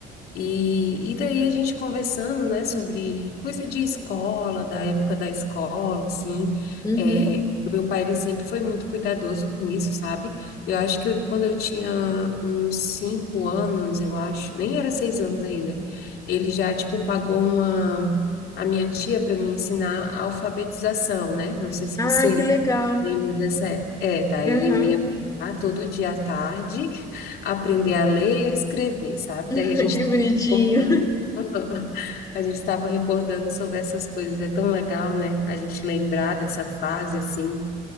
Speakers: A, on the left; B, on the left.
A: E, e daí a gente conversando, né, sobre coisa de escola, da época da escola, assim,
B: Uhum.
A: é, o meu pai, ele sempre foi muito cuidadoso com isso, sabe? Eu acho que eu- quando eu tinha uns cinco anos, eu acho, nem era seis anos ainda, ele já, tipo, pagou uma, a minha tia para me ensinar a alfabetização, né? Não sei se
B: Ai,
A: você
B: que legal!
A: lembra dessa época. É, daí
B: Uhum.
A: eu ia lá todo dia à tarde <laughs> aprender a ler e a escrever, sabe?
B: <laughs>
A: Daí a gente
B: Que bonitinho!
A: recordando. <laughs> A gente estava recordando sobre essas coisas. É tão legal, né? A gente lembrar dessa fase assim.